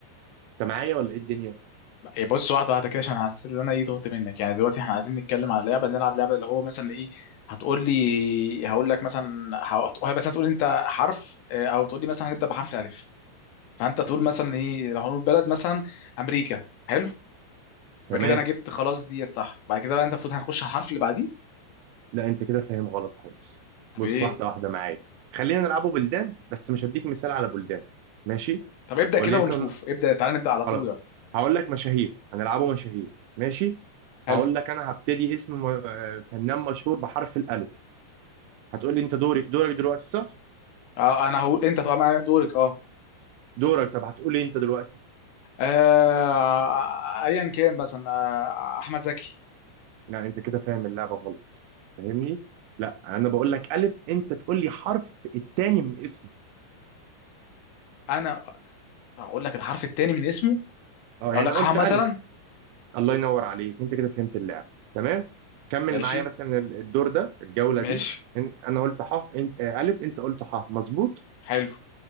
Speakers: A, on the right (about 85°); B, on the left (about 75°).
A: أنت معايا ولا إيه الدنيا؟
B: إيه، بص واحده واحده كده عشان حاسس ان انا ايه تهت منك يعني دلوقتي احنا عايزين نتكلم على لعبه نلعب لعبه اللي هو مثلا ايه هتقول لي هقول لك مثلا هتقول مثلا تقول انت حرف آه، او تقول لي مثلا هنبدا بحرف الالف فانت تقول مثلا ايه لو هنقول بلد مثلا امريكا حلو يبقى
A: تمام
B: كده انا جبت خلاص ديت صح بعد كده بقى انت المفروض هنخش على الحرف اللي بعديه
A: لا أنت كده فاهم غلط خالص
B: طب
A: بص
B: ايه
A: واحدة واحدة معايا خلينا نلعبه بلدان بس مش هديك مثال على بلدان ماشي
B: طب ابدأ
A: وليكن
B: كده ونشوف ابدأ تعال نبدأ على
A: خلاص
B: طول يلا
A: هقول لك مشاهير هنلعبه مشاهير ماشي
B: حلو
A: هقول لك أنا هبتدي اسم م- آه، فنان مشهور بحرف الألف هتقول لي أنت دوري دورك دلوقتي صح؟
B: آه انا هقول انت طبعا دورك اه
A: دورك طب هتقول لي أنت دلوقتي
B: آه، ايا كان مثلا آه، احمد زكي
A: لا انت كده فاهم اللعبه غلط فاهمني لا انا بقول لك الف انت تقول لي حرف التاني من اسمه
B: انا اقول لك الحرف الثاني من اسمه
A: اه
B: اقول
A: يعني
B: لك
A: انا
B: ح
A: قلت
B: مثلا
A: الف الله ينور عليك انت كده فهمت اللعبه تمام كمل
B: ماشي
A: معايا مثلا الدور ده الجوله
B: ماشي
A: دي ان- انا قلت ح انت آه، الف انت قلت ح مظبوط
B: حلو